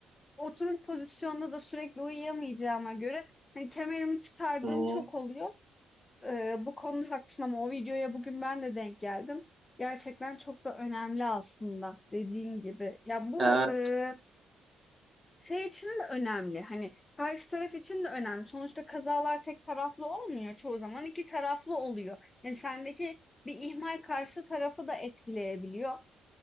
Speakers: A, on the left (about 25°); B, on the right (about 20°).
A: oturum pozisyonunda da sürekli uyuyamayacağıma göre hani kemerimi çıkardığım
B: hı hı.
A: çok oluyor. Eee, bu konuda haklısın ama o videoya bugün ben de denk geldim. Gerçekten çok da önemli aslında dediğin gibi. Ya bu
B: Evet,
A: eee, şey için de önemli. Hani karşı taraf için de önemli. Sonuçta kazalar tek taraflı olmuyor. Çoğu zaman iki taraflı oluyor. Yani sendeki bir ihmal karşı tarafı da etkileyebiliyor.